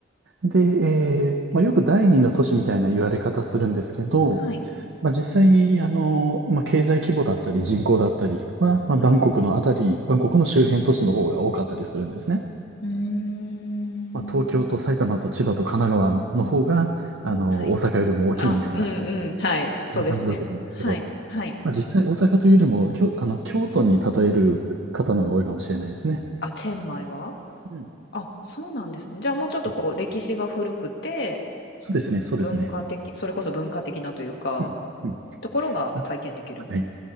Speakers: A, on the right; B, on the left.
A: で、えーまあ、よく第二の都市みたいな言われ方するんですけど、
B: はい、
A: まあ、実際、あの、まあ、経済規模だったり人口だったりは、まあ、
B: はい。
A: バンコクのあたり、バンコクの周辺都市の方が多かったりするんですね。
B: うーん。
A: まあ、東京と埼玉と千葉と神奈川の方が、あの、
B: はい。
A: 大阪よりも大きいみたいな、
B: あ、うんうん。はい。
A: そんな感じだと思うんですけど、
B: そうですね。はい、はい。
A: まあ、実際大阪というよりも、きょ、あの、京都に例える方の方が多いかもしれないですね。
B: あ、チェンマイは
A: うん。
B: あ、そうなんですね。じゃあもうちょっとこう歴史が古くて
A: えそうですね、そうですね。
B: 文化的、それこそ文化的なというか、
A: うん。うん。
B: ところが体験できるみたいな。
A: あ、はい。